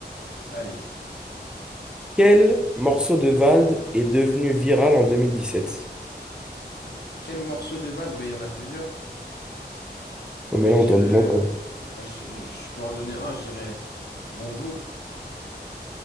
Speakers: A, on the left (about 70°); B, in the centre.
A: Allez.
B: Quel morceau de Vald est devenu viral en 2017?
A: Quel morceau de Vald? Ben, il y en a plusieurs.
B: Oh, mais
A: Mais
B: là,
A: je
B: on
A: dirais...
B: t'en demande.
A: euh,
B: un.
A: bah, je, je peux en donner un, je dirais... Bonjour.